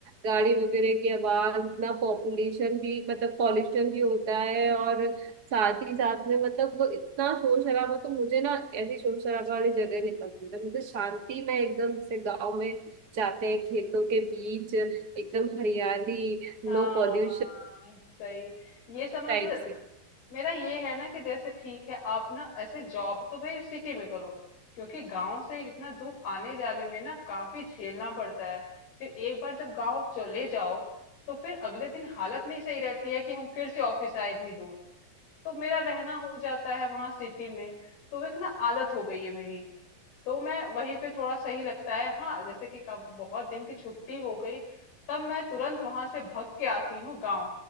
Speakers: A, on the right (about 35°); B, on the left (about 85°).
A: गाड़ी वगैरह की आवाज इतना पॉपुलेशन भी मतलब पॉल्यूशन भी होता है और साथ ही साथ में मतलब वो इतना शोर शराबा तो मुझे ना ऐसी शोर शराबा वाली जगह नहीं पसंद है मुझे शांति में एकदम से गाँव में जाते हैं खेतों के बीच एकदम हरियाली नो
B: हाँ
A: पॉल्यूशन
B: हाँ सही ये समझ
A: टाइप से
B: मेरा ये है ना कि जैसे ठीक है आप ना ऐसे जॉब तो भाई सिटी में करो क्योंकि गांव से इतना दूर आने जाने में ना काफी झेलना पड़ता है फिर एक बार जब गांव चले जाओ तो फिर अगले दिन हालत नहीं सही रहती है कि हम फिर से ऑफिस आए इतनी दूर तो मेरा रहना हो जाता है वहां सिटी में तो एक ना आदत हो गई है मेरी तो मैं वहीं पे थोड़ा सही लगता है हाँ जैसे कि कब बहुत दिन की छुट्टी हो गई तब मैं तुरंत वहां से भाग के आती हूँ गांव